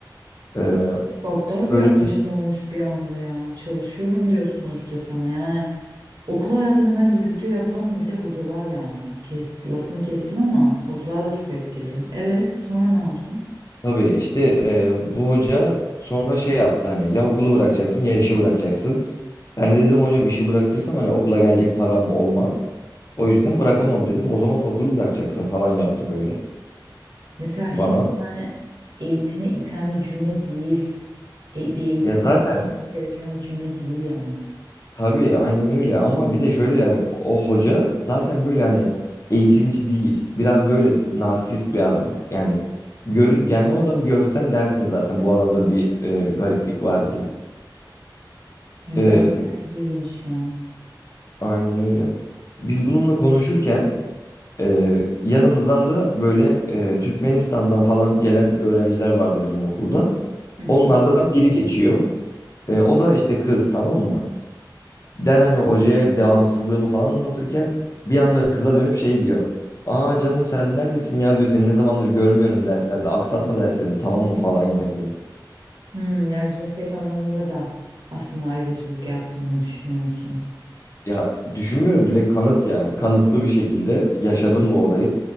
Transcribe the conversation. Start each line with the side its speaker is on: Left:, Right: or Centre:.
Left: E,
Right: Gaddar bir
Left: böyle
Right: yaklaşım olmuş bir anda ya. Çalışıyorum diyorsun sonuçta sana. Yani okul hayatını bence kötü yapan bir de hocalar yani. Kes, lafını kestim ama hocalar da çok etkili. Evet, sonra ne oldu?
Left: Tabii işte e, bu hoca sonra şey yaptı hani ya okulu bırakacaksın ya işi bırakacaksın. Ben de dedim hocam işi bırakırsam hani okula gelecek param olmaz. O yüzden bırakamam dedim. O zaman okulu bırakacaksın falan yaptı böyle
Right: Mesela hiç
Left: bana.
Right: hani eğitime iten bir cümle değil. E, bir eğitmenin
Left: Ya zaten
Right: söylemesi gereken bir cümle değil yani.
Left: tabii aynen öyle ama bir de şöyle yani o hoca zaten böyle hani eğitimci değil. Biraz böyle narsist bir adam. Yani görün yani o adamı görsen dersin zaten bu adamda bir e, gariplik var
Right: Yani
Left: diye.
Right: gerçekten çok ilginç ya.
Left: Aynen öyle. Biz bununla konuşurken e, yanımızdan da böyle e, Türkmenistan'dan falan gelen öğrenciler vardı bizim okulda.
Right: Hı hı.
Left: Onlardan biri geçiyor. E, o da işte kız tamam mı? Ben hani hocaya devamsızlığımı falan anlatırken bir anda kıza dönüp şey diyor. Aa canım sen neredesin ya diyor. Seni ne zamandır görmüyorum derslerde. Aksatma derslerini tamam mı falan yapıyor.
Right: Hmm, yani cinsiyet anlamında da aslında ayrımcılık yaptığını düşünüyorsun.
Left: Ya düşünmüyorum direkt kanıt yani. Kanıtlı bir şekilde yaşadım
Right: Hı.
Left: bu olayı.